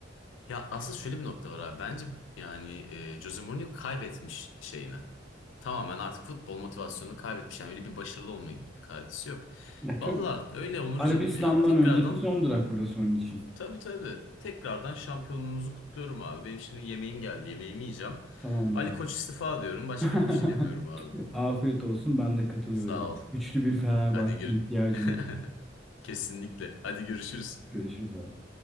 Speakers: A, on the left; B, in the centre.
A: Ya asıl şöyle bir nokta var abi. Bence yani e, Jose Mourinho kaybetmiş şeyini. Tamamen artık futbol motivasyonunu kaybetmiş. Yani öyle bir başarılı olma gibi bir kaidesi yok.
B: E tabii.
A: Valla öyle Onur
B: Arabistan'dan
A: canım ya. Tekrardan
B: önceki son durak burası onun için.
A: tabii tabii. Tekrardan şampiyonluğunuzu kutluyorum abi. Benim şimdi yemeğim geldi. Yemeğimi yiyeceğim.
B: Tamamdır
A: Ali
B: abi.
A: Koç istifa diyorum. Başka
B: <laughs>
A: da bir şey demiyorum abi.
B: Afiyet olsun. Ben de katılıyorum.
A: Sağ ol.
B: Güçlü bir Fenerbahçe
A: Hadi gir.
B: ihtiyacımız
A: <laughs>
B: var.
A: Kesinlikle. Hadi görüşürüz.
B: Görüşürüz abi.